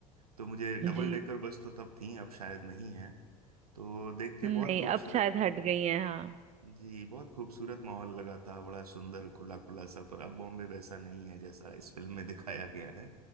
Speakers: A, on the right (about 90°); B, on the right (about 35°).
A: तो मुझे डबल
B: जी
A: डेकर बस तो तब थी अब शायद नहीं है तो देख के
B: नहीं
A: बहुत खूबसूरत
B: अब शायद हट गई है हाँ
A: जी बहुत खूबसूरत माहौल लगा था बड़ा सुंदर खुला खुला सा पर अब बॉम्बे वैसा नहीं है जैसा इस फिल्म में दिखाया गया है